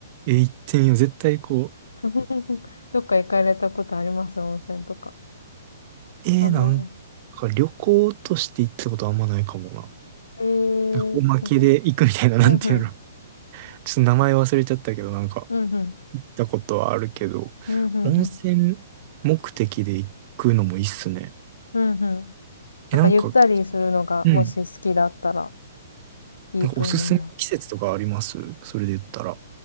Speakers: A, on the right; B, on the left.
A: え、行ってみよう。絶対こ
B: <laughs> どっか行かれたことあります温泉とか。
A: う、えー、
B: あんまない。
A: なんか旅行として行ったことあんまないかもな。
B: ええ
A: なんかおまけで行くみたいな、
B: ー、本当ですか。
A: なんていうの。
B: うんうん。
A: ちょっと名前忘れちゃったけど、なんか
B: うんうん。
A: 行ったことはあるけど、
B: うんうんうん。
A: 温泉目的で行くのもいいっすね。
B: うんうん。
A: え、
B: なんかゆったりするのがもし好きだったら
A: なんか、うん。
B: いいと思います。
A: なんかおすすめの季節とかありますそれで言ったら。